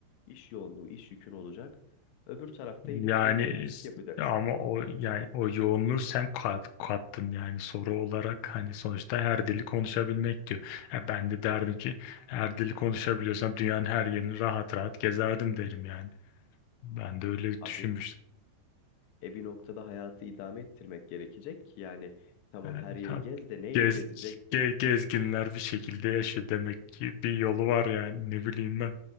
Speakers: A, on the left; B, on the left.
A: iş yoğunluğu, iş yükün olacak. Öbür tarafta yine
B: Yani
A: keyifle müzik
B: s-
A: yapacaksın.
B: ama o yani o yoğunluğu sen kat, kattın yani soru olarak hani sonuçta her dili konuşabilmek diyor. E ben de derdim ki her dili konuşabiliyorsam dünyanın her yerini rahat rahat gezerdim derim yani. Ben de öyle
A: Abi
B: düşünmüştüm.
A: e bir noktada hayatı idame ettirmek gerekecek. Yani tamam
B: Yani
A: her yeri
B: tabii
A: gez de neyle
B: gez,
A: gezeceksin?
B: ge- gezginler bir şekilde yaşıyor demek ki bir yolu var yani ne bileyim ben.